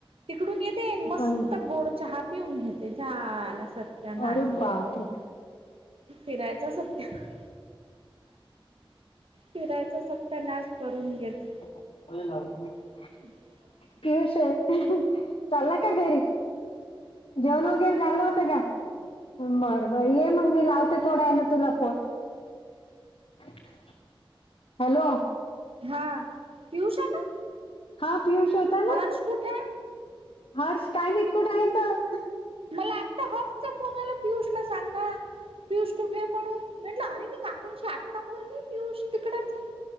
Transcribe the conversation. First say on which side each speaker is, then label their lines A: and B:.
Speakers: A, on the right (about 80°); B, on the left (about 70°).
A: तिकडून येते मस्त
B: पण
A: गोड चहा पिऊन घेते, झाला सत्यानाश.
B: अरे बापरे!
A: फिरायचा सत्यानाश. फिरायचा सत्यानाश करून घेत.
B: <unintelligible>
A: <inaudible>
B: पियुष ये चाला का घरी? जेवण वगैरे झालं होतं का बरं बर ये मग मी लावते थोडा वेळानं तुला फोन. <inaudible> हॅलो,
A: हा. पियुष आला.
B: हा पियुष होता ना
A: हर्ष कुठेय?
B: हर्ष काय माहित कुठ आहे तर.
A: मला आता हर्षचा फोनाला पियुष ला सांगा. पियुष कुठे म्हणून म्हंटलं अरे, मी काकूंशी आत्ता बोले पियुष तिकडंच ये.